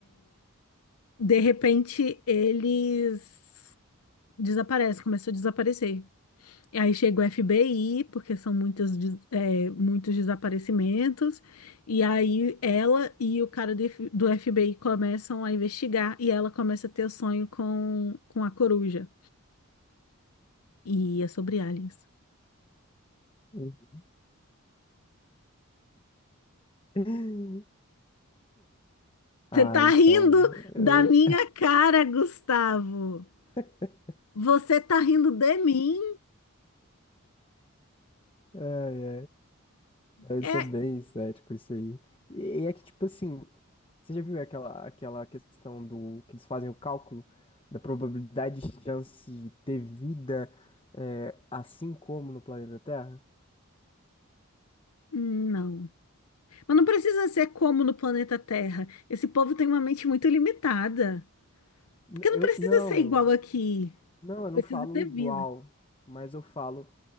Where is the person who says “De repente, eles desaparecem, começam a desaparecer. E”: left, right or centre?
Left